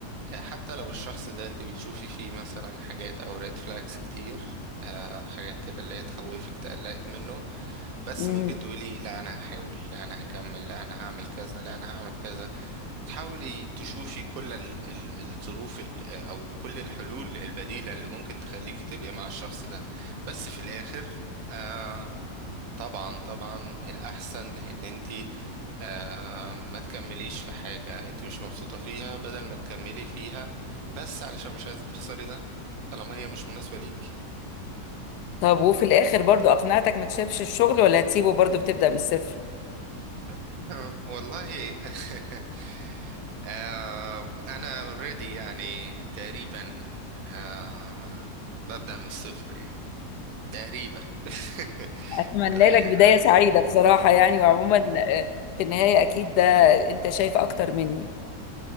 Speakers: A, on the right; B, on the left.
A: آه، حتى لو الشخص ده انت بتشوفي فيه مثلا حاجات او ريد فلاجز كتير آه، حاجات كده اللي هي تخوفك تقلقك منه بس
B: مم.
A: ممكن تقولي لا انا هحاول لا انا هكمل لا انا هعمل كذا لا انا هعمل كذا تحاولي تشوفي كل ال- ال- الظروف ال- او كل الحلول البديلة اللي ممكن تخليكي تبقي مع الشخص ده بس في الاخر آه طبعا طبعا الاحسن ان انتي آه ما تكمليش في حاجة انتي مش مبسوطة فيها بدل ما تكملي فيها بس علشان مش عايزة تخسري ده طالما هي مش مناسبة ليك
B: طب وفي الاخر برضو اقنعتك ما تسيبش الشغل ولا هتسيبه برضو بتبدا من الصفر
A: <laughs> والله <laughs> آه انا اوريدي يعني تقريبا آه ببدأ من الصفر يعني تقريبا <laughs>
B: اتمنى
A: لان
B: لك بدايه سعيده بصراحه يعني وعموما آه، في النهايه اكيد ده انت شايف اكتر مني